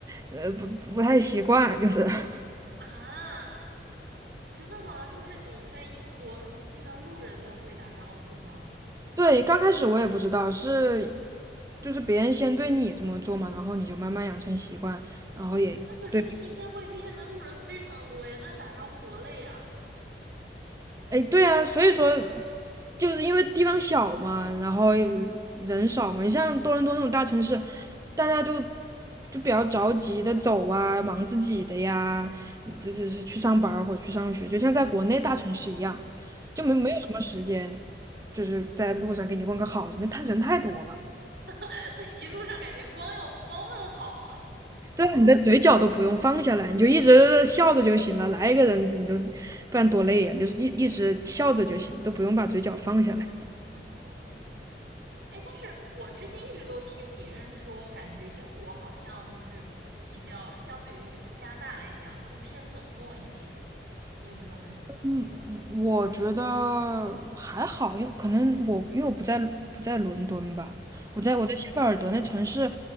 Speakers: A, on the right (about 20°); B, on the right (about 70°).
A: 呃，不不太习惯，就是 <laughs>
B: 啊？啊真的吗？就是你在英国路遇到路人都会打招呼吗？
A: 对，刚开始我也不知道是，就是别人先对你这么做嘛，然后你就慢慢养成习惯，然后也对，
B: 那可是你一天会遇见的路人非常多呀，那打招呼多累呀！
A: 哎，对啊，所以说就是因为地方小嘛，然后人少嘛，你像多伦多那种大城市，大家就就比较着急的走啊，忙自己的呀，这这是去上班儿或者去上学，就像在国内大城市一样，就没没有什么时间，就是在路上给你问个好什么，他人太多了。
B: <laughs> 这一路上感觉光要光问好了。
A: 对啊，你的嘴角都不用放下来，你就一直笑着就行了。来一个人，你都不然多累呀、你就是一一直笑着就行，都不用把嘴角放下来。
B: 哦，哎，但是我之前一直都听别人说，感觉英国好像就是比较相对于加拿大来讲更偏冷漠一点，你有这种感觉？
A: 嗯，我觉得还好，因为可能我因为我不在不在伦敦吧，
B: 哦，
A: 我在我在谢菲尔德那城市，